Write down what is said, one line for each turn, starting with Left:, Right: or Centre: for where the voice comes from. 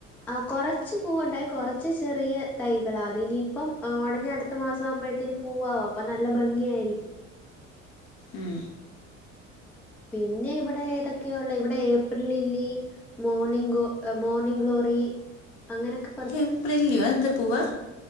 Centre: ആഹ് കൊറച്ച് പൂവ്ണ്ടായി കൊറച്ച് ചെറിയ തൈകളാ അതിനിയിപ്പം ഒടനെ അട്ത്തമാസം ആവ്മ്പഴത്തേന് പൂ പൂവാവും അപ്പ നല്ല ഭംഗിയായിരിക്കും.
Left: ഉം
Centre: പിന്നെ ഇവ്ടെ ഏതൊക്കെയാഒള്ളെ ഇവ്ടെ ഏപ്രിൽലില്ലി മോർണിംഗോ മോർണിംങ്ങ് ഗ്ലോറി അങ്ങനെക്കെ
Left: ഏപ്രിൽലില്ലിയോ അത്എന്ത് പൂവാ